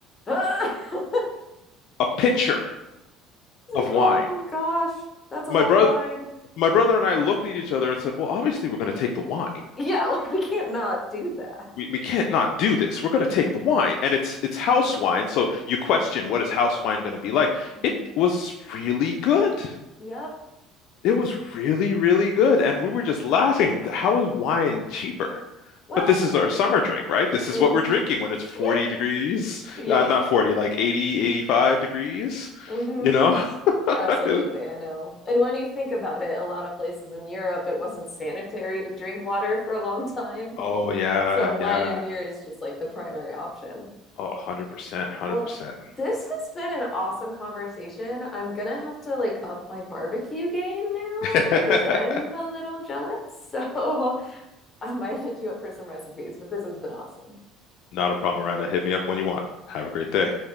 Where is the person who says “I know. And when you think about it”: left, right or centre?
Left